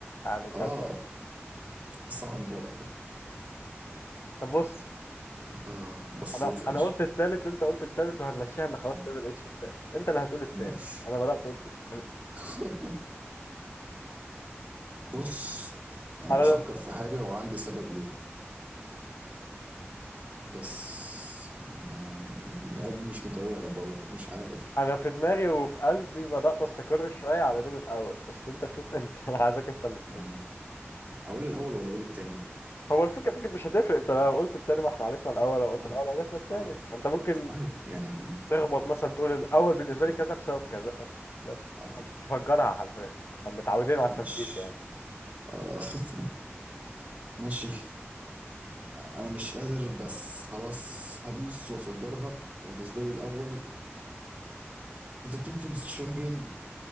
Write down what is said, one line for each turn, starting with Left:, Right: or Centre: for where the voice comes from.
Left: يعني كان
Right: اه صعب برضو
Left: طب بص
Right: اه بصيت
Left: انا
Right: يا باشا
Left: انا قلت التالت وانت قلت التالت وهنمشيها ان خلاص
Right: اه
Left: تعمل اتش التاني انت اللي هتقول التاني
Right: ماشي
Left: انا بدأت قلت التالت
Right: <laughs> بص انا
Left: انا
Right: بفكر في حاجة وعندي سبب ليها بس آه، قلبي مش مطوعني برضه مش عارف
Left: انا في دماغي وفي قلبي بدأت استقر شوية على مين الاول بس انت شوف انت <laughs> انا عايزك انت اللي تقول
Right: آه، اقول الاول ولا اقول التاني
Left: هو الفكرة فكرة مش هتفرق انت لو قلت التاني ما احنا عرفنا الاول لو قلت
Right: اه
Left: الاول عرفنا التاني
Right: اه
Left: انت ممكن
Right: اه يعني
Left: تخبط مثلا تقول الاول بالنسبة
Right: اه
Left: لي كذا بسبب كذا بس بس
Right: اه
Left: تفجرها حرفيا هم متعودين على
Right: ماشي
Left: التفكير ده يعني
Right: اه <laughs> ماشي انا مش قادر بس خلاص هدوس وافجرها بالنسبه لي الاول ذا بيبلز تشامبيون